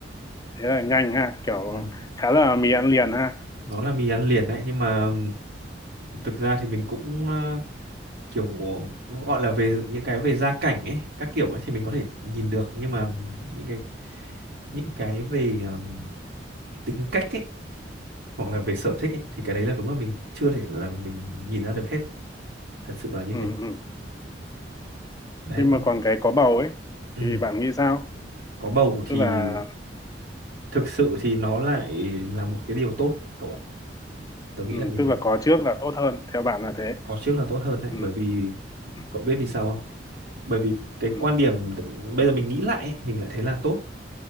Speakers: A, on the left; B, on the right.
A: thế là nhanh ha kiểu
B: ừ.
A: khá là mì ăn liền ha
B: nó là mì ăn liền đấy nhưng mà thực ra thì mình cũng ờ, kiểu gọi là về những cái về gia cảnh ấy các kiểu ấy thì mình có thể nhìn được nhưng mà những cái những cái về ừm, tính cách ấy hoặc là về sở thích ấy thì cái đấy là đúng là mình chưa thể là mình nhìn ra được hết thật sự là như
A: ừ
B: thế
A: ừ
B: đấy
A: nhưng
B: còn
A: mà còn cái có bầu ấy
B: ừm,
A: thì bạn nghĩ sao
B: có bầu thì
A: tức là
B: thực sự thì nó lại là một cái điều tốt cậu ạ tớ nghĩ
A: ừ,
B: là như
A: tức
B: thế
A: là có trước là tốt hơn theo bạn là thế
B: có trước là tốt hơn đấy
A: ừ
B: bởi vì
A: ừ
B: cậu biết vì sao không bởi vì cái
A: ừ.
B: quan điểm đ- bây giờ mình nghĩ lại ấy, mình lại thấy là tốt